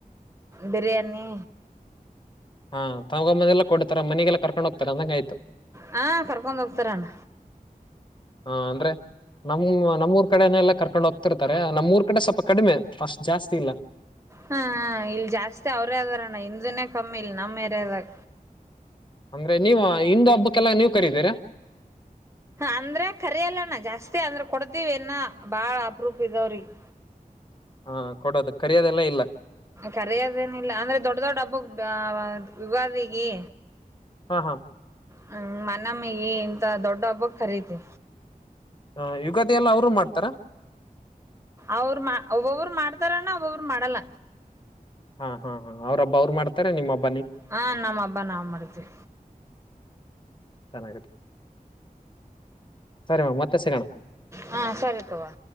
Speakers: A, on the right; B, on the left.
A: ಬಿರಿಯಾನಿ
B: ಹಾ ತಗೊಮ್ಮನೆ ಎಲ್ಲ ಕೊಡ್ತಾರ ಮನೆಗೆಲ್ಲರ್ಕೊಂಡ್ ಹೋಗ್ತಾರೆ ಅಂದಂಗ ಆಯ್ತು
A: ಹಾ ಕರ್ಕೊಂಡ ಹೋಗ್ತಾರಣ್ಣ
B: ಹಾ ಅಂದ್ರೆ ನಮ್ಮ ನಮ್ಮೂರ್ ಕಡೆನೆ ಎಲ್ಲ ಕರ್ಕೊಂಡು ಹೋಗ್ತಿರ್ತಾರೆ ನಮ್ಮೂಊರ್ ಕಡೆ ಸ್ವಲ್ಪ ಕಡಿಮೆ ಅಸ್ಟ್ ಜಾಸ್ತಿ ಇಲ್ಲ
A: ಹ್ಮ ಇಲ್ ಜಾಸ್ತಿ ಅವ್ರೇ ಅದಾರಣ್ಣ ಹಿಂಧು ನೇ ಕಮ್ಮಿ ಇಲ್ ನಮ್ಮ ಏ ರೆದಾಗ
B: ಅಂದ್ರೆ ನೀವ ಹಿಂದು ಹಬ್ಬಕ್ಕೆಲ್ಲ ನೀವ್ ಕರತೀರಾ
A: ಅಂದ್ರ ಕರಿಯಲ್ಲಣ ಜಾಸ್ತಿ ಅಂದ್ರ ಕೊಡ್ತಿೀವಿ ನ್ನ ಬಾಳ ಅಪ್ರೂಪ ಇದಾವ್ರಿಗೆ
B: ಹಾ ಕೊಡೋದು ಕರಿಯೋದೆಲ್ಲ ಇಲ್ಲ
A: ಕರೆಯದೇನಿಲ್ಲ ಅಂದ್ರೆ ದೊಡ್ ದೊಡ್ಡ ಹಬ್ಬಕ್ ವಿವಾದ ಈಗಿ
B: ಹಾ
A: ಹ್ಮ್ ಮನಮ್ಮಿಗೆ ಇಂತ ದೊಡ್ಡ ಹಬ್ಬಕ್ ಖರೀತಿ
B: ಹ ಯುಗಾದಿ ಎಲ್ಲ ಅವರು ಮಾಡ್ತಾರ
A: ಅವ್ರ ಒಬ್ಬೊವರು ಮಾಡ್ತಾರಣ್ಣ ಒಬ್ಬೊಬ್ಬರು ಮಾಡಲ್ಲ
B: ಹಾ ಹಾ ಹಾ ಅವ್ರ ಹಬ್ಬ ಅವ್ರು ಮಾಡ್ತಾರೆ ನಿಮ್ಮಬ್
A: ಹಾ ನಮ್ಮ ಹಬ್ಬ ನಾ ಮಾಡಿದ್ವಿ
B: ಚೆನ್ನಾಗಿ ಇರಿ <inaudible> ಸರಿ ಮತ್ತೆ ಸಿಗೋಣ
A: ಹಾ ಸರಿ ತವಾ